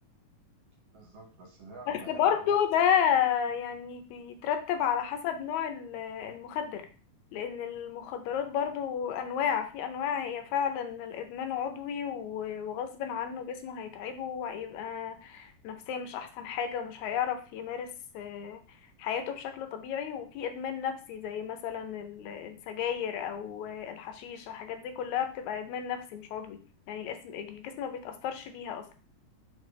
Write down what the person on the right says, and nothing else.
بالظبط بس ده يعرف
بقى يلعب
دماغه